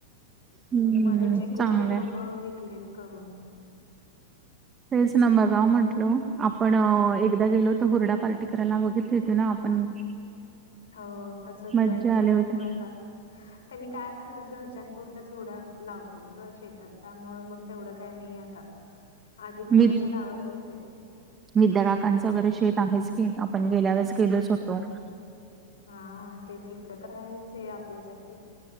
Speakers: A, on the right (about 25°); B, on the left (about 80°).
A: हम्म
B: मध्ये चिकूचे
A: चांगलंय
B: रोप विकलेत करून
A: तेच ना बागाव म्हंटल आपण एकदा गेलो तर हुरडा पार्टी करायला बघितली हो त ना आपण
B: ह <inaudible> हो तसचं
A: मज्जा
B: जायचंय
A: आली
B: बघू
A: होती
B: आता त्यांनी काय करतात घरच्यांपुरतंच थोडं लावतात गं शेतात त्यामुळं मग तेवढं काय नाही आता आधी थोडसं
A: वि
B: लावत होते.
A: विद्या काकांचं वगैरे शेत आम्हीच केलं पण गेल्या वेळेस गेलोच होतो.
B: हा हा ते तिकडं तर राहायचं आपल्यासाठी